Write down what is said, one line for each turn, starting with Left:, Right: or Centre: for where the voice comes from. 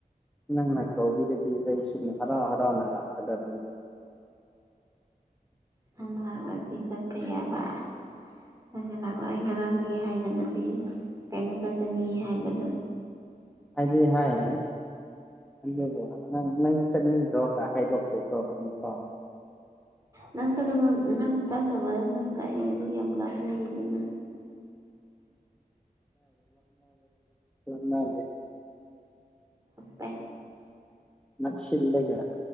Centre: ꯅꯪꯅ ꯀꯧꯕꯤꯔꯗꯤ ꯑꯩ ꯁꯨꯝ ꯍꯔꯥꯎ ꯍꯔꯥꯎꯅ ꯂꯥꯛꯀꯗꯕꯅꯤ <unintelligible>
Right: ꯅꯪ ꯂꯥꯛꯂꯗꯤ ꯆꯠꯄ ꯌꯥꯕ ꯅꯪꯅ ꯂꯥꯛꯄꯑꯣ ꯑꯩ ꯉꯔꯥꯡꯗꯒꯤ ꯍꯥꯏꯅ ꯉꯁꯤ ꯀꯩꯅꯣ ꯆꯠꯀꯅꯤ ꯍꯥꯏꯕꯗꯣ
Centre: ꯑꯗꯤ ꯍꯥꯏ ꯑꯗꯨꯜꯕꯣ ꯅꯪ ꯅꯪꯒꯤ ꯆꯠꯅꯤꯡꯗ꯭ꯔꯣꯒ ꯍꯥꯏꯗꯣꯛꯄꯤꯦꯀꯣ ꯑꯄꯥꯣ
Right: ꯅꯪ ꯅꯪ ꯆꯥꯟꯅꯕꯗꯣ ꯅꯪꯒ ꯑꯩꯒꯗꯤ ꯌꯥꯝ ꯂꯥꯞꯅꯩꯅꯤꯅ
Centre: ꯝꯦ
Right: ꯄꯦ
Centre: ꯅꯠꯁꯤꯜꯂꯒ